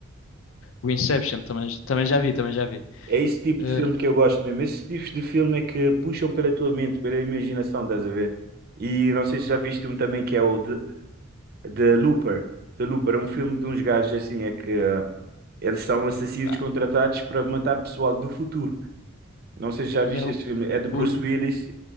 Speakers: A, on the left; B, on the right.
A: O Inception também, também já vi, também já vi.
B: É esse tipo
A: Eh,
B: de filme que eu gosto mesmo. Esses tipos de filme é que puxam pela tua mente, pela imaginação, estás a ver? E não sei se já viste um também que é o The, The Looper. The Looper é um filme de uns gajos assim, é que ah, eles são assassinos
A: pá,
B: contratados para matar pessoal do futuro. Não sei se já
A: e
B: viste
A: há o,
B: esse filme. É do Bruce
A: o,
B: Willis